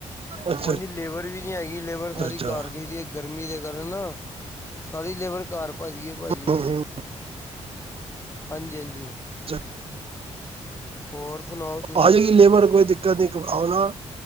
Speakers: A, on the right; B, on the left.
A: ਅੱਛਾ
B: ਉਂਜ ਲੇਬਰ ਵੀ ਨੀ ਹੈਗੀ, ਲੇਬਰ
A: ਅੱਛਾ
B: ਸਾਰੀ
A: ਅੱਛਾ
B: ਘਰ ਗਈ ਦੀਏ ਗਰਮੀ ਦੇ ਕਾਰਨ। ਸਾਰੀ ਲੇਬਰ ਘਰ ਭੱਜ ਗਈਏ ਭਾਜੀ,
A: ਹੂੰ ਹੂੰ
B: ਹਾਂਜੀ-ਹਾਂਜੀ।
A: <inaudible>
B: ਹੋਰ ਸੁਣਾਓ ਤੁਸੀਂ
A: ਆਜੇਗੀ ਲੇਬਰ ਕੋਈ ਦਿੱਕਤ ਨੀ, ਆਣਾ